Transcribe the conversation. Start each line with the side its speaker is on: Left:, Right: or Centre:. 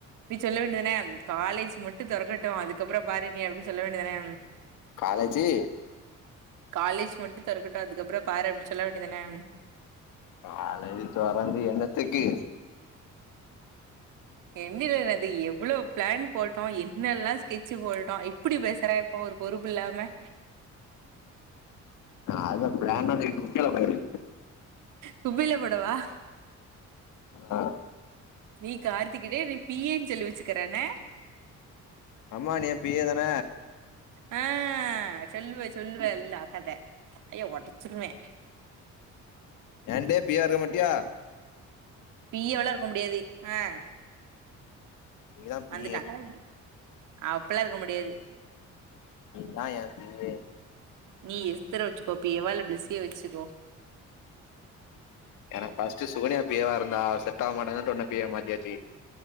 Right: நீ சொல்ல வேண்டியதனே காலேஜ் மட்டி தொறக்கட்டு அதுக்கப்பற பாரு நீ அப்படின்னு சொல்ல வேண்டியதானே
Left: காலேஜ்ஜி
Right: காலேஜ் மட்டு தெறக்கட்டு அதுக்கப்பறோ பாரு அப்படி சொல்ல வேண்டியதுதான
Left: காலேஜ் தொறந்து எண்ணத்துக்கு
Right: என்னில அது எவ்ளோ ப்ளேன் போட்டோ என்னெல்லா ஸ்கெட்ச்சு போட்டோ இப்புடி பேசற இப்ப ஒரு பொறுப்பு இல்லாம
Left: அத ப்ளான் <unintelligible> குப்பைல போடு
Right: குப்பைல போடவா
Left: ஆ
Right: நீ கார்த்திகிட்ட நீ பி ஏன்னு சொல்லி வெச்சுக்கற என்ன
Left: அம்மா நீ ஏ பி எ தான
Right: அ சொல்லுவ சொல்லுவ எல் ஆட்டாத வாய ஒடச்சிருவே
Left: ஏன்டே பியா இருக்கமாட்டியா
Right: பியோ லா இருக்க முடியாது அ
Left: நீதா பி
Right: வந்துட்டா
Left: ஏ
Right: கழவி அப்பல்லா இருக்க முடியாது
Left: நீ தா ஏ பி எ
Right: நீ எஸ்த்தர வெச்சுக்கோ பி எவா இல்ல பிளஸ்ஸிய வச்சுக்கோ
Left: எனக்கு ஃபஸ்ட்டு சுகன்யா பி எ வா இருந்தா அவ செட்ட ஆவ மாட்டாங்கன்ட்டு உன்ன பி எ வா மாத்தியாச்சி